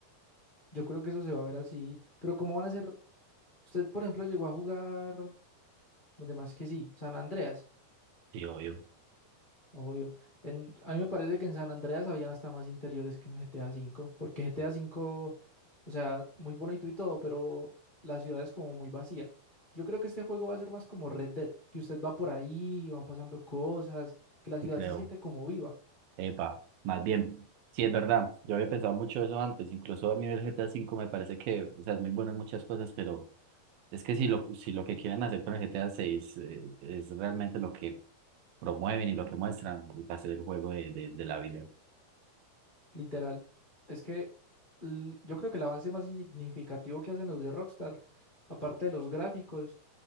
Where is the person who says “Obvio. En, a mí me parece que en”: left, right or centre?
Left